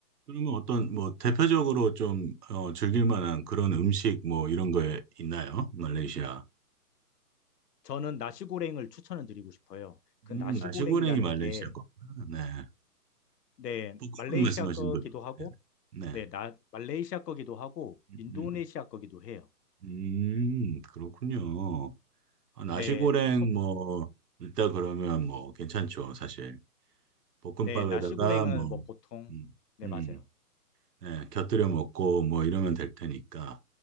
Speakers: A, on the right; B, on the left.
A: 그러면 어떤 뭐 대표적으로 좀 어, 즐길 만한 그런 음식 뭐 이런 거에 있나요? 말레이시아.
B: 저는 나시고랭을 추천을 드리고 싶어요. 그
A: 음,
B: 나시고랭이라는
A: 나시고랭이 말레이시아
B: 게
A: 거구나. 네.
B: 네,
A: 볶음밥
B: 말레이시아
A: 말씀하시는
B: 거기도
A: 거죠?
B: 하고
A: 네.
B: 네,
A: 네.
B: 나 말레이시아 거기도 하고 인도네시아
A: 음,
B: 거기도 해요.
A: 음, 음, 그렇군요. 아, 나시고랭
B: 네, 속
A: 뭐 있다 그러면 뭐 괜찮죠, 사실. 볶음밥에다가
B: 네, 나시고랭은
A: 뭐
B: 뭐 보통
A: 음,
B: 네,
A: 음.
B: 맞아요.
A: 예, 곁들여 먹고 뭐 이러면 될 테니까.